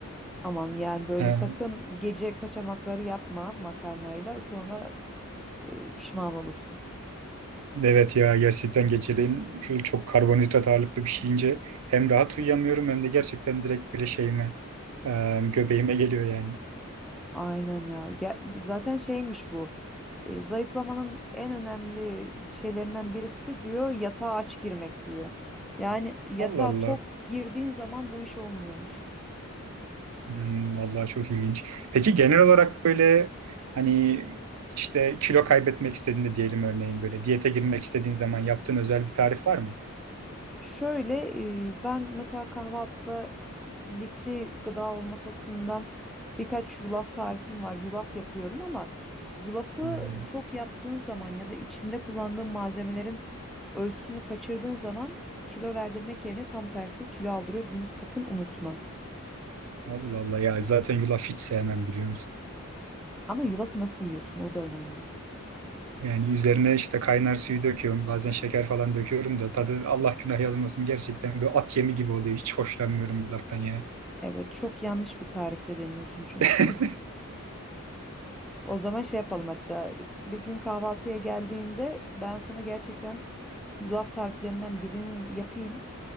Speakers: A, in the centre; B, on the right (about 80°).
A: Aman yani böyle
B: Ha,
A: sakın gece kaçamakları yapma makarnayla sonra e, pişman olursun.
B: Evet ya gerçekten geceleyin şöyle çok karbonhidrat ağırlıklı bir şey yiyince hem rahat uyuyamıyorum hem de gerçekten direkt böyle şeyime e, göbeğime geliyor yani.
A: Aynen ya. Gel- zaten şeymiş bu. E, zayıflamanın en önemli şeylerinden birisi diyor yatağa aç girmek diyor. Yani yatağa
B: Allah Allah.
A: tok girdiğin zaman bu iş olmuyormuş.
B: Hmm, vallahi çok ilginç. Peki genel olarak böyle hani işte kilo kaybetmek istediğinde diyelim örneğin böyle diyete girmek istediğin zaman yaptığın özel bir tarif var mı?
A: Şöyle e, ben mesela kahvaltıda lifli gıda olması açısından birkaç yulaf tarifim var. Yulaf yapıyorum ama yulafı
B: Hmm,
A: çok yaptığın zaman ya da içinde kullandığın malzemelerin ölçüsünü kaçırdığın zaman kilo verdirmek yerine tam tersi kilo aldırıyor. Bunu sakın unutma.
B: Allah Allah ya zaten yulaf hiç sevmem biliyor musun?
A: Ama yulafı nasıl yiyorsun o da önemli.
B: Yani üzerine işte kaynar suyu döküyorum. Bazen şeker falan döküyorum da tadı Allah günah yazmasın gerçekten böyle at yemi gibi oluyor. Hiç hoşlanmıyorum bu laftan ya.
A: Evet, çok yanlış bir tarifle deniyorsun çünkü.
B: <laughs>
A: O zaman şey yapalım hatta bir gün kahvaltıya geldiğinde ben sana gerçekten yulaf tariflerinden birini yapayım.